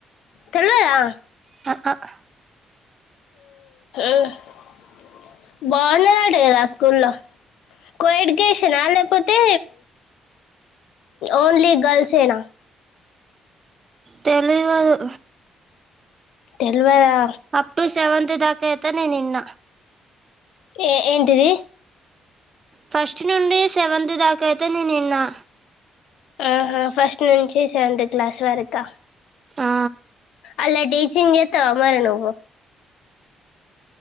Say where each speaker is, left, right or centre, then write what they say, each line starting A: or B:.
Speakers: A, on the left; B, on the right.
A: తెలువదా
B: <unintelligible>
A: <inaudible> బాగున్నదడదా స్కూల్ లో కోఎడ్యుకేషన్ ఆ లేపోతే ఓన్లీ గర్ల్స ఏనా
B: తెలియదు
A: తెల్వదా
B: అప్ టు సెవెంత్ దాకా ఐతె నేను నిన్న
A: ఏ ఏంటిది
B: ఫస్ట్ నుండి సెవెంత్ దాకాయైతే నే నిన్నా
A: ఆహా ఫస్ట్ నుంచి సెవెంత్ క్లాస్ వరకా
B: ఆ
A: అలా డీసీ సింగ్ ఏస్తావా మరి నువ్వు